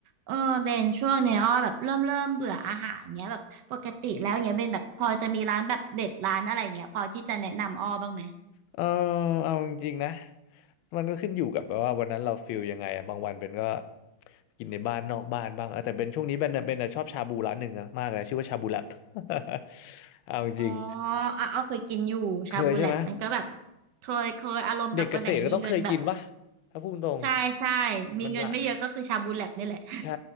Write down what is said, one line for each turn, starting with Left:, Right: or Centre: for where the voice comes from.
Right: เออเบนช่วงเนี้ยอ้อแบบเริ่มเริ่มเบื่ออาหารเงี้ยแบบปกติแล้วเงี้ยเบนแบบพอจะมีร้านแบบเด็ดร้านอะไรเงี้ยพอที่จะแนะนำอ้อบ้างไหม
Left: เออเอาจริงๆนะมันก็ขึ้นอยู่กับแบบว่าวันนั้นเราฟิลยังไงอะบางวันเป็นก็กินในบ้านนอกบ้านบ้างเออแต่เป็นช่วงนี้เป็นน่ะเป็นน่ะชอบชาบูร้านหนึ่งนะมากเลยชื่อว่าชาบูแลบ <laughs> เอาจริง
Right: อ๋ออ่ะอ้อเคยกินอยู่ชาบูแลบมันก็แบบ
Left: ๆเคยใช่ไหม
Right: เคยเคยอารมณ์แบบวันไหนมีเงินแบบ
Left: เด็กเกษตรก็ต้องเคยกินวะถ้าพูดตรง
Right: ใช่ใช่มีเงินไม่เยอะก็คือชาบูแลบนี่แหละ
Left: มันละ ใช่